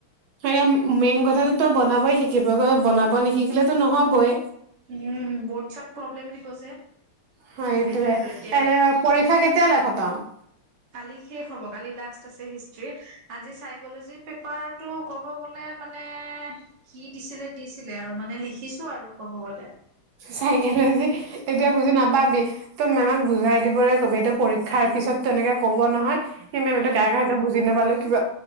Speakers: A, on the right (about 70°); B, on the right (about 40°).
A: হ মেইন কথাটো তই বনাবই শিকিব বনাব নিশিকিলেতো নহবই।
B: উম বৰ্ড চৰ্ড প্ৰব্লেম দিব যে।
A: হয় সেইটোয়ে।
B: সেইটোতো এতিয়া
A: এনে পৰীক্ষা কেতিয়া লে <unintelligible> <inaudible>
B: কালি শেষ হ'ব কালি লাষ্ট আছে হিষ্ট্ৰি। আজি চাইকলজিৰ পেপাৰটো ক'ব গলে মানে কি দিছিলে দিছিলে আৰু। মানে লিখিছো আৰু ক'ব গ'লে।
A: চাইকেল যে এতিয়া বুজি নাপাবি তই মেমক বুজাই দিবলৈ কবি এইটো পৰীক্ষাৰ তাৰ পিছত তেনেকে কব নহয় সি মেমটো
B: উম
A: কাৰ কাৰ সেইটো বুজি নাপালো ব